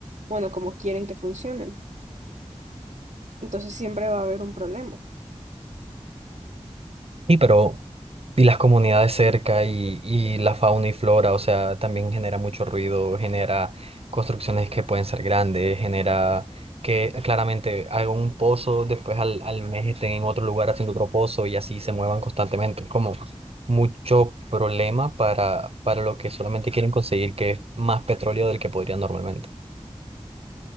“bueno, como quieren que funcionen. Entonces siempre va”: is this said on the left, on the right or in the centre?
Right